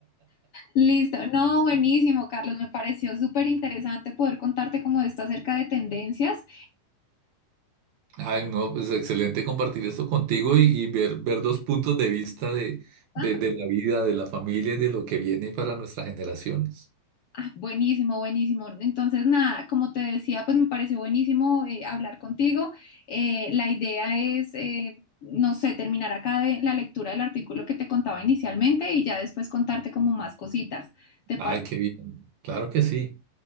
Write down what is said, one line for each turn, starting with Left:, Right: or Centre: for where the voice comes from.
Left: Listo. No, buenísimo, Carlos. Me pareció súper interesante poder contarte como esto acerca de tendencias.
Right: Ay, no, pues excelente compartir esto contigo y, y ver, ver dos puntos de vista de,
Left: Ando-
Right: de, de la vida, de la familia y de lo que viene para nuestras generaciones.
Left: Ah, buenísimo, buenísimo. Entonces, nada, como te decía, pues me pareció buenísimo eh, hablar contigo. Eh, la idea es, eh, no sé, terminar acá de la lectura del artículo que te contaba inicialmente y ya después contarte como más cositas. ¿Te
Right: Ay,
Left: pare-
Right: qué bien. Claro que sí.